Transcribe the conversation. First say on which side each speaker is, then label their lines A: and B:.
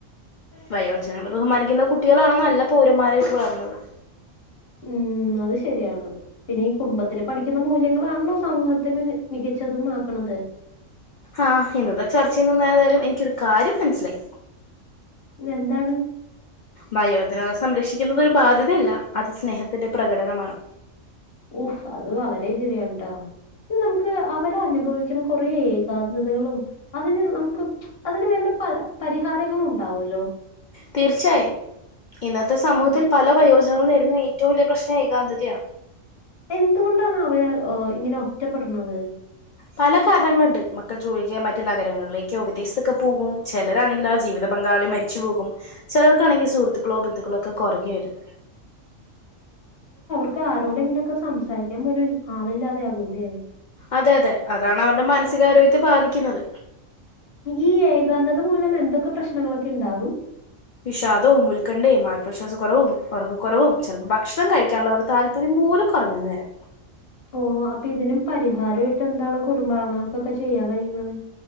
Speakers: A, on the left; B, on the left.
A: വയോജനങ്ങളെ ബഹുമാനിക്കുന്ന കുട്ടികളാണ് നല്ല പൗരന്മാരായിട്ട് വളരുന്നത്
B: ഉം അത് ശരിയാണ് പിന്നെ ഈ കുടുംബത്തില് പഠിക്കുന്ന മൂല്യങ്ങളാണല്ലോ സമൂഹത്തിന് മിക മികച്ചതുമാക്കണത്
A: ആ ഇന്നത്തെ ചർച്ചയിൽ നിന്നാതായാലും എനിക്കരു കാര്യം മനസ്സിലായി
B: എന്താണ്
A: വയോജനകളെ സംരക്ഷിക്കുന്നുന്നത് ഒരു ബാധ്യതയല്ല അത് സ്നേഹത്തിന്റെ പ്രകടനമാണ്
B: ഊഫ് അത് വളരെ ശരിയാണ്ട്ടാ ഇ നമുക്ക് അവരെ അനുഭവിക്കുന്ന കുറെ ഏകാന്തതകളും അതിന് നമുക്ക് അതിന് വേണ്ട പല പരിഹാരങ്ങളും ഉണ്ടാവല്ലോ
A: തീർച്ചയായും ഇന്നത്തെ സമൂഹത്തിൽ
B: ഉം.
A: പല വയോജനങ്ങളും നേരി ഏറ്റവും വലിയ പ്രശ്ന ഏകാന്ധതയ
B: എന്തുകൊണ്ടാണ് അവര് ഇങ്ങനെ ഒറ്റപ്പെടുന്നത്
A: പല കാരണങ്ങളുണ്ട് മക്കൾ ജോലിക്കാ മറ്റു നഗരങ്ങളിലേക്കോ വിദേശത്തൊക്കെ പോകും ചിലരാണെങ്കും ആ ജീവിതപങ്ക പങ്കാളി മരിച്ചു പോകും ചിലർക്കാണെങ്കിൽ സുഹൃത്തുക്കളോ ബന്ധുക്കളോ ഒക്കെ കൊറഞ്ഞു വരും
B: ഇനി ആരോടെങ്കിലും ഒക്കെ സംസാരിക്കാൻ പോലും ആളില്ലാതെ ആകൂ അല്ലേ
A: അതെ അതെ അതാണ് അവരുടെ മാനസികാരോഗ്യത്തെ ബാധിക്കുന്നത്
B: ഈ ഏകാന്തത മൂലം എന്തൊക്കെ പ്രശ്നങ്ങളൊക്കെ ഉണ്ടാകും
A: വിഷാദവും ഉൽക്കണ്ഠയും ആത്മവിശ്വാസ കുറവും ഉറക്ക കുറവും ചിലപ്പോ ഭക്ഷണം കഴിക്കാനുള്ള ഒരു താല്പര്യം പോലും കുറഞ്ഞെന്നു വരാം
B: ഓ അപ്പൊ ഇതിനും പരിഹാരമായിട്ട് എന്താണ് കുടുംബാങ്ങൾക്കൊക്കെ ചെയ്യാൻ കഴിയുന്നത്